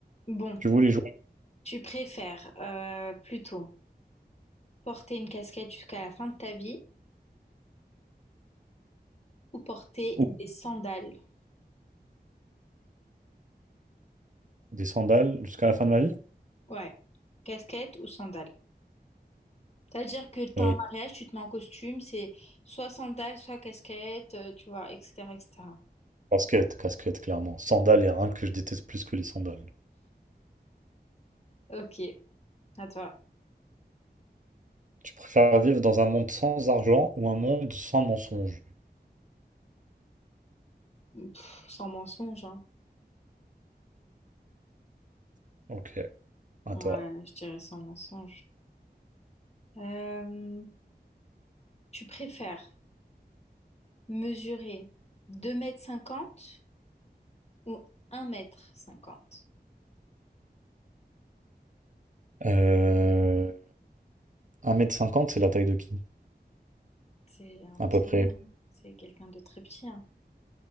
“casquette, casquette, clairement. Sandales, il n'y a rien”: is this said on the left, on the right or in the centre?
Right